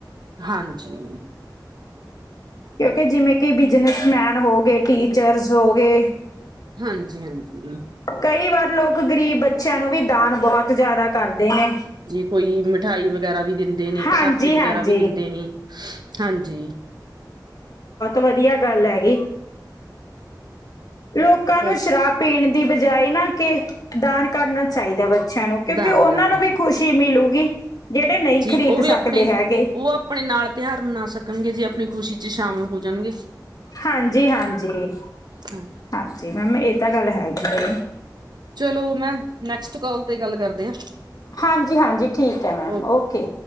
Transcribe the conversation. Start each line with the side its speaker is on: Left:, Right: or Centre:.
Right: ਹਾਂਜੀ
Left: ਕਿਓਂਕਿ ਜਿਵੇਂ ਕੇ ਬਿਜਨਸਮੈਨ ਹੋਗੇ, ਟੀਚਰਸ ਹੋਗੇ
Right: ਹਾਂਜੀ-ਹਾਂਜੀ
Left: ਕਈ ਵਾਰ ਲੋਕ ਗਰੀਬ ਬੱਚਿਆਂ ਨੂੰ ਵੀ ਦਾਨ ਬਹੋਤ ਜਾਦਾ ਕਰਦੇ ਨੇ।
Right: ਕੋਈ ਮਿਠਾਈ ਵਗੈਰਾ ਵੀ ਦਿੰ ਦਿੰਦੇ ਨੇ
Left: ਹਾਂਜੀ
Right: ਪਟਾਕੇ ਵਗੈਰਾ
Left: ਹਾਂਜੀ
Right: ਵੀ ਦਿੰਦੇ ਨੇ, ਹਾਂਜੀ।
Left: ਵਦੀਆ ਗੱਲ ਹੈਗੀ। ਲੋਕਾਂ
Right: ਹੋਰ
Left: ਨੂੰ ਸ਼ਰਾਬ ਪੀਨ ਦੀ ਬਜਾਏ ਨਾ ਕੇ ਦਾਨ ਕਰਨਾ ਚਾਈਦਾ ਬੱ ਬੱਚੇਆਂ ਨੂੰ ਕਿਓਂਕਿ
Right: ਦਾਨ
Left: ਓਨਾਂ
Right: ਕਰਨਾ
Left: ਨੂੰ ਵੀ
Right: ਚਾਹੀਦਾ
Left: ਖੁਸ਼ੀ ਮਿਲੂਗੀ। ਜਿਹੜੇ ਨਹੀਂ
Right: ਜੀ
Left: ਖ਼ਰੀਦ
Right: ਓ ਵੀ
Left: ਸਕਦੇ
Right: ਆਪਨੇ ਨਾ
Left: ਹੈਗੇ
Right: ਓ ਆਪਨੇ ਨਾਲ ਤਿਹਾਰ ਮਨਾ ਸਕਨਗੇ ਜੀ ਆਪਨੀ ਖੁਸ਼ੀ ਚ ਸ਼ਾਮਲ ਹੋ ਜਨਗੇ।
Left: ਹਾਂਜੀ-ਹਾਂਜੀ।
Right: ਹਾਂ
Left: ਹਾਂਜੀ ਮੈਮ ਏ ਤਾਂ ਗੱਲ ਹੈਗੀ ਏ।
Right: ਚਲੋ ਮੈਮ ਨੈਕਸਟ ਕੋਲ ਤੇ ਗੱਲ ਕਰਦੇ ਆ।
Left: ਹਾਂਜੀ-ਹਾਂਜੀ ਠੀਕ ਐ ਮੈਮ
Right: ਓ
Left: ਓਕੇ।